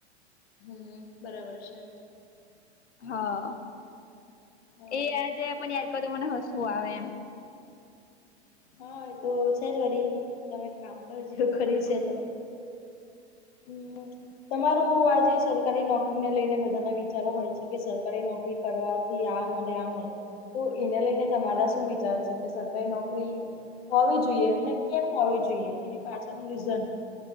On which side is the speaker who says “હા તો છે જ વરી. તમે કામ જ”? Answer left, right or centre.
Left